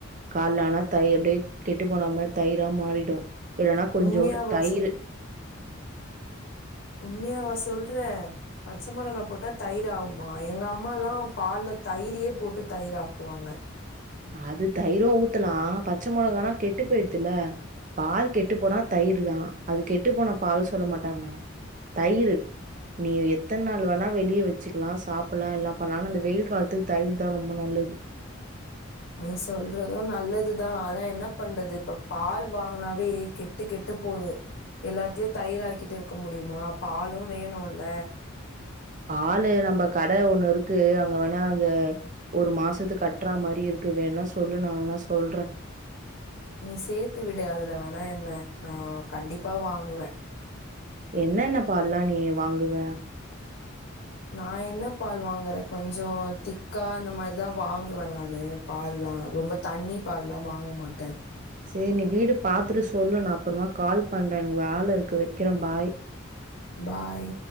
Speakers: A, on the right (about 40°); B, on the left (about 65°).
A: கால்ல ஆனா தயி அப்டியே கெட்டு போனாம தயிரா மாறிடு இல்ன்னா கொஞ்சோன்டு
B: உண்மையாவா
A: தயிரு
B: சொல்? உண்மையாவா சொல்ற பச்ச மொளகா தயிர் ஆகுமா எங்கம்மால்லா பால்ல தயிரையே போட்டு தயிர் ஆக்குவாங்க
A: அது தயிரு ஊத்தலா பச்ச மொளகானா கெட்டுப் போயிடுதுல பால் கெட்டுப் போனா தயிருதா அது கெட்டுப் போன பால் சொல்ல மாட்டாங்க தயிரு நீ எத்தன் நாள் வேணா வெளியே வச்சுக்கலா சாப்புட்லா எல்லா பண்லா ஆனா அந்த வெயில் காலத்துக்கு தயிர்தா ரொம்ப நல்லது
B: நீ சொல்றதும் நல்லதுதா ஆனா என்ன பண்றது இப்ப பால் வாங்குனாவே கெட்டு கெட்டு போது எல்லாத்தையு தயிர் ஆக்கிட்டு இருக்க முடியுமா பாலும் வேணுல்ல
A: ஆளு நம்ப கட ஒன்னு இருக்கு அங்க வேணா அந்த ஒரு மாசத்துக்கு கட்றா மாரி இருக்கு வேணா சொல்லு நா வேணா சொல்ற
B: நீ சேத்து விடு அதுல வேணா என்ன நா கண்டிப்பா வாங்குவ
A: என்னன்ன பால்லா நீ வாங்குவ
B: நா என்ன பால் வாங்கற கொஞ்சோ திக்கா அந்த மாரிதா வாங்குவே நானு பால்லா ரொம்ப தண்ணி பால்லா வாங்க மாட்ட
A: சேரி நீ வீடு பாத்துட்டு சொல்லு நா அப்றமா கால் பண்ற எனக்கு வேல இருக்கு வக்கிற பாய்
B: பாய்